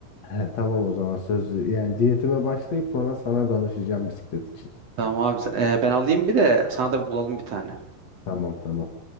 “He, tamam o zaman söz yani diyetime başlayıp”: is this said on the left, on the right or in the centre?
Left